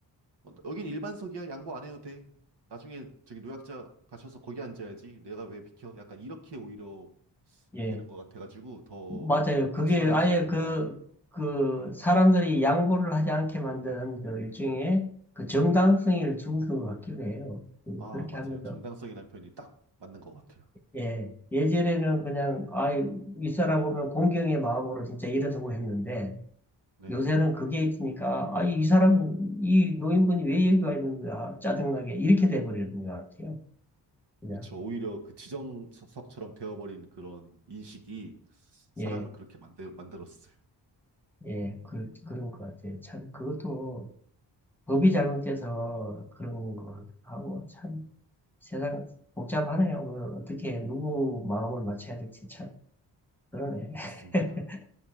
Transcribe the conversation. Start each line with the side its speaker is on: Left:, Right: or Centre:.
Right: 어, 여긴 일반석이야. 양보 안 해도 돼. 나중에 저기 노약자 가셔서 거기 앉아야지. 내가 왜 비켜? 약간 이렇게 오히려
Centre: 예.
Right: 되는 것 같아가지고 더
Centre: 맞아요. 그게
Right: 악순환이지
Centre: 아예
Right: 않을까.
Centre: 그, 그 사람들이 양보를 하지 않게 만든 그 일종의 그 정당성을 준 것 같기도 해요. 그-
Right: 아,
Centre: 그렇게
Right: 맞아요.
Centre: 하면서.
Right: 정당성이라는 표현이 딱 맞는 것 같아요.
Centre: 예. 예전에는 그냥, 아, 이 사람 보면 공경의 마음으로 진짜 일어서고 했는데,
Right: 네.
Centre: 요새는 그게 있으니까, 아, 이 사람, 이 노인분이 왜 여기 와 있는 거야? 짜증나게. 이렇게 돼버리는 것 같아요. 그냥.
Right: 그쵸. 오히려 그 지정석처럼 되어버린 그런 인식이 사람을
Centre: 예,
Right: 그렇게 만들, 만들었어요.
Centre: 예.
Right: 음,
Centre: 그, 그런 것 같아요. 참, 그것도 법이 잘못돼서 그런 것 같기도 하고, 참. 세상 복잡하네요. 그 어떻게 누구 마음을 맞춰야 될지 참 그러네.
Right: 맞습니다.
Centre: <laughs>